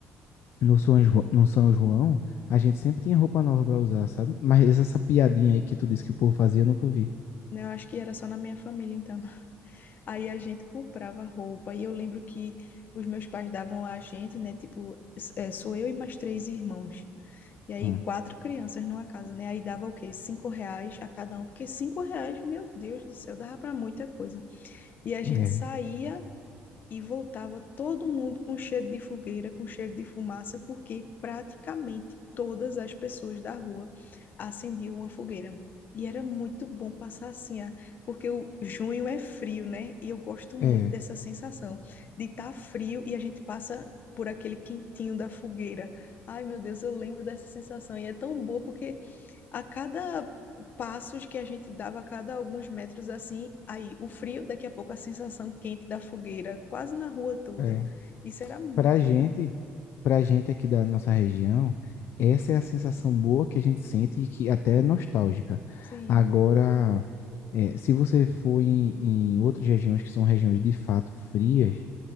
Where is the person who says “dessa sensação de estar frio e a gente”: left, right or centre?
Left